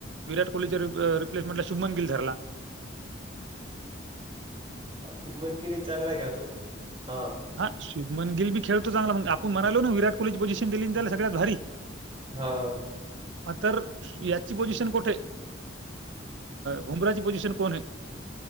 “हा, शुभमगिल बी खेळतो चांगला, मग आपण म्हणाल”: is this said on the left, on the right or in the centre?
Right